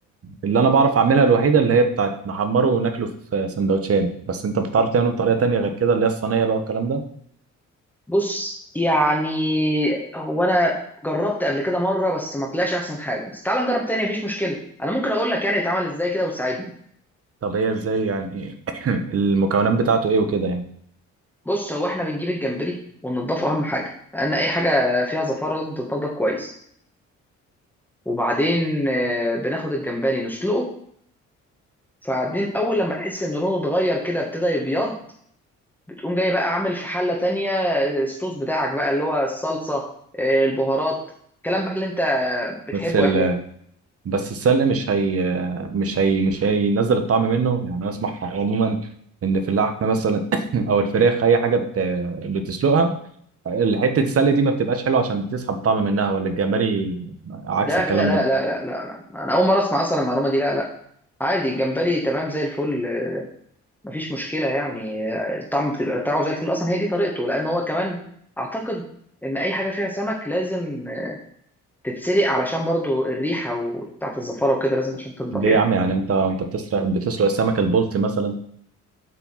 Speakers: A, on the right (about 50°); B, in the centre.
A: اللي انا بعرف اعملها الوحيده اللي هي بتاعت نحمره وناكله في سندوتشات بس انت بتعرف تعمله بطريقه تانية غير كده اللي هي الصينيه بقى والكلام ده
B: بص يعني هو انا جربت قبل كده مره بس ما طلعش احسن حاجه بس تعالى نجرب تاني مفيش مشكله انا ممكن اقول لك يعني بيتعمل ازاي كده وتساعدني
A: طب هي ازاي يعني المكونات بتاعته ايه وكده يعني
B: بص هو احنا بنجيب الجمبري وننضفه اهم حاجه لان اي حاجه فيها زفاره لازم تتنضف كويس وبعدين آه، بناخد الجمبري نسلقه فبعدين اول لما تحس ان لونه اتغير كده ابتدى يبيض بتقوم جاي بقى عامل في حله تانية آه، الصوص بتاعك بقى اللي هو الصلصه آه، البهارات الكلام بقى اللي انت بتحبه
A: بس ال...
B: يعني
A: بس السلق مش هي مش هي مش هينزل الطعم منه يعني انا اسمع عموما ان في اللحمه مثلا <coughs> <laughs> او الفراخ اي حاجه بت... بتسلقها حته السلق دي ما بتبقاش حلوه عشان بتسحب الطعم منها ولا الجمبري عكس
B: لا
A: الكلام
B: لا لا
A: ده
B: لا لا لا لا. انا اول مره اسمع اصلا المعلومه دي لا لا عادي الجمبري تمام زي الفل مفيش مشكله يعني الطعم بتبقى بتاعه زي الفل اصلا هي دي طريقته لان هو كمان اعتقد ان اي حاجه فيها سمك لازم تتسلق علشان برضو الريحه وبتاعه الزفاره وكده لازم عشان تنضف
A: ليه
B: يعني
A: يا عم يعني انت انت بتسرق بتسرق السمكه البلطي مثلا